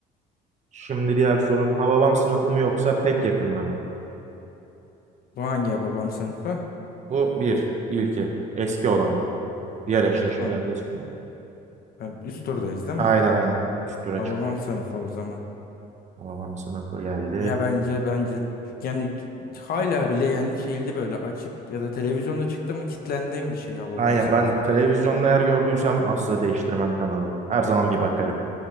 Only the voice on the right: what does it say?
Şimdi diğer sorum. Hababam sınıfı mı yoksa pek yakında mı?
Bu bir. ilki. Eski olan bu. Diğer eşleşmelerde
şimdi.
Aynen
aynen. Üst tura
çıktık.
Hababam sınıfı geldi.
Aynen
ben televizyonda eğer gördüysem asla değiştirmem kanalı. Her zaman bir bakarım.